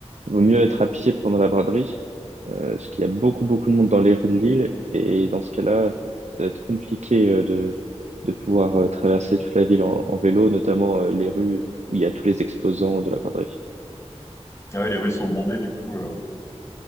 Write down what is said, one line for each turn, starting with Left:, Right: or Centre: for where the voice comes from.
Right: Il vaut mieux être à pied pendant la braderie euh, parce qu'il y a beaucoup, beaucoup de monde dans les rues de Lille. Et dans ce cas-là, ça va être compliqué euh, de, de pouvoir euh, traverser toute la ville en, en vélo, notamment euh, les rues où il y a tous les exposants de la braderie.
Left: Ah ouais, les rues sont bondées, du coup. euh,